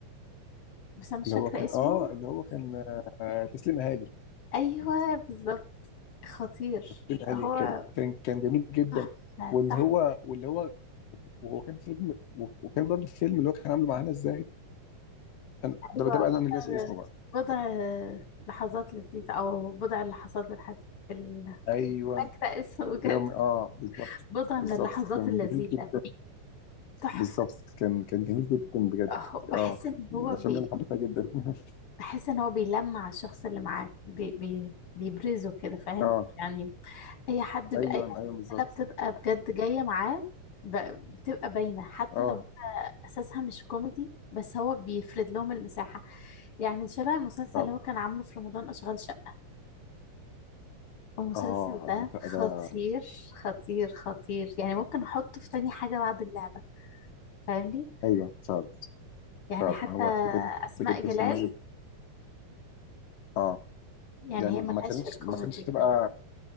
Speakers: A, on the left; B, on the left.
A: بس انا مش
B: اللي
A: فاكرة
B: هو كان
A: اسمه
B: اه اللي هو كان آه تسليم اهالي
A: ايوه بالظبط خطير
B: تسليم
A: هو
B: اهالي كان كان كان جميل جدا
A: تحفة
B: واللي
A: تحفة
B: هو واللي هو وهو كان فيلم و- وكان برضه الفيلم اللي هو كان عامله مع هنا الزاهد أنا-
A: ايوه
B: ده ده بقى انا اللي ناسي
A: بضع
B: اسمه بقى
A: بضع لحظات لذيذة او بضع اللحظات الحز... ال-
B: ايوه
A: فاكرة اسمه بجد
B: يوم اه بالظبط
A: بضع
B: بالظبط
A: من اللحظات
B: كان
A: اللذيذة
B: جميل جدا
A: تحفة
B: بالظبط كان كان جميل جدا بجد
A: أهو، بحس
B: اه
A: ان
B: من
A: هو
B: الافلام
A: بي...
B: اللي انا حبيتها جدا <laughs>
A: بحس ان هو بيلمع على الشخص اللي معاه بي بي بيبرزه كده فاهم
B: اه
A: يعني اي حد ب-
B: ايوه
A: اي ممثله
B: ايوه بالظبط
A: بتبقى بجد جايه معاه ب- بتبقى باينه حتى
B: اه
A: لو هي اساسها مش كوميدي بس هو بيفرد لهم المساحه يعني شبه المسلسل
B: فعلا
A: اللي هو كان عامله في رمضان اشغال شقه المسلسل
B: اه
A: ده خطير
B: لا، ده
A: خطير خطير يعني ممكن احطه في تاني حاجه بعد اللعبه فاهمني
B: ايوه فعلا
A: يعني
B: فعلا
A: حتى
B: هو بجد
A: اسماء
B: بجد
A: جلال
B: السينما دي اه
A: يعني
B: يعني
A: هي
B: ما
A: ملهاش
B: كانتش
A: في الكوميدي
B: ما كانتش هتبقى